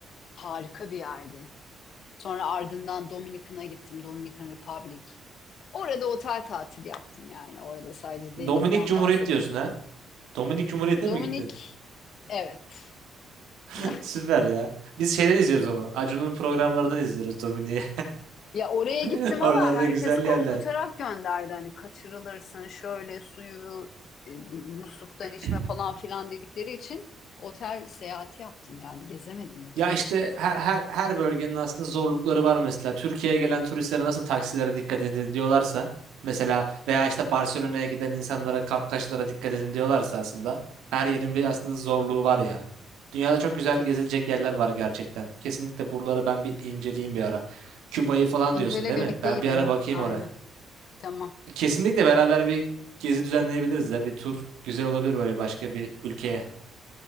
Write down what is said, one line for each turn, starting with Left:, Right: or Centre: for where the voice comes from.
Left: harika bir yerdi. Sonra ardından Dominikan'a gittim. Dominican Republic. Orada otel tatili yaptım yani. Orada sadece denizden
Right: Dominik Cumhuriyet
Left: bahsedebilirim.
Right: diyorsun ha Dominik Cumhuriyet'e
Left: Dominik,
Right: mi gittin?
Left: evet.
Right: <laughs>
Left: <laughs>
Right: Süper ya. Biz şeyden izliyoruz onu. Acun'un programlarından izliyoruz Domine'yi.
Left: Ya oraya
Right: <laughs>
Left: gittim
Right: Oralarda
Left: ama herkes
Right: güzel
Left: korkutarak
Right: yerler.
Left: gönderdi. Hani kaçırılırsın şöyle suyu e, musluktan
Right: <clears throat>
Left: içme falan filan dedikleri için otel seyahati yaptım yani gezemedim ülkeyi.
Right: Ya işte her, her, her bölgenin aslında zorlukları var mesela. Türkiye'ye gelen turistlere nasıl taksilere dikkat edin diyorlarsa mesela veya işte Barcelona'ya giden insanlara kapkaçlara dikkat edin diyorlarsa aslında her yerin bir aslında zorluğu var ya. Dünyada çok güzel
Left: Ki.
Right: gezilecek yerler var gerçekten. Kesinlikle buraları ben bir inceleyeyim bir ara. Küba'yı falan
Left: İncel'e
Right: diyorsun değil
Left: birlikte
Right: mi? Ben
Left: gidelim.
Right: bir ara bakayım
Left: Aynen.
Right: oraya.
Left: Tamam.
Right: Kesinlikle beraber bir gezi düzenleyebiliriz ya. Bir tur güzel olabilir böyle başka bir ülkeye.